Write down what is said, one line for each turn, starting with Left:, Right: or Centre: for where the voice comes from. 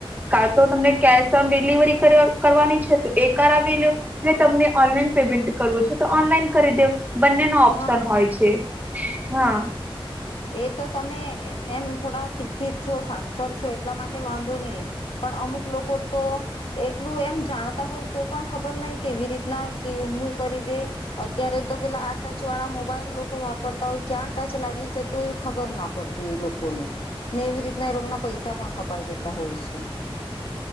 Right: કાલ તો તમને કેશ ઓન ડિલિવરી કરવાની છે તો એ કરાવ લો તમને ઓનલાઈન પેમેન્ટ કરવું છે તો ઓનલાઈન કરી દેવ બંને ન ઓપ્શન
Left: હા
Right: હોય છે હા
Left: એ તો તમે એમ થોડા શિક્ષિત છો સાક્ષર છો એટલા માટે વાંધો નહી. પણ અમુક લોકો તો એટલું એમ જાણતા હોય તો પણ ખબર નહ કેવી રીતના કે હું કરી દે અત્યારે તો પેલા આ ટચ વાળા મોબાઈલ લોકો વાપરતા હોય ક્યાં ટચ લાગી જતું હોય એ ખબર ના પડતી હોય લોકોને ને એવી રીતના એ લોકોના પૈસા પણ કપાઈ જતા હોય છે.